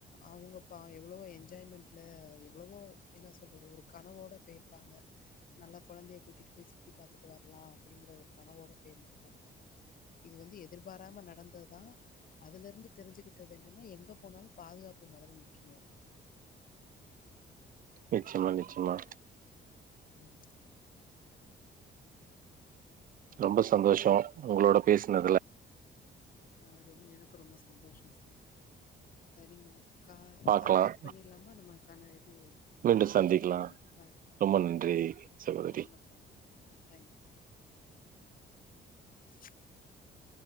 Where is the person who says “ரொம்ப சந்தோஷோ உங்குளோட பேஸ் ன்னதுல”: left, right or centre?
Right